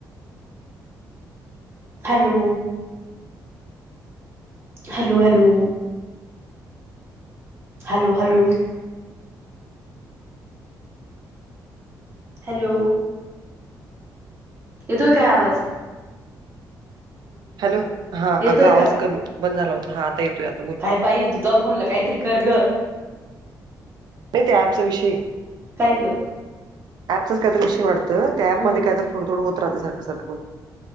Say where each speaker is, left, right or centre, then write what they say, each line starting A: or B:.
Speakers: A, on the right (about 35°); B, on the right (about 70°).
A: Hello hello hello hello hello hello येतोय काय आवाज
B: हॅलो हा
A: येतोय
B: अगं आवाज
A: का?
B: कमी बंद झाला होता हा आता येतोय आता बोल
A: काय बाई तू त फोनला काहीतरी कर ग
B: नाही त्या ऍपचा विषय
A: काय ग?
B: पच काहीतरी विषय वातं त्या
A: ह
B: पमध्ये का तर थोड थोड होत राहते सं ारख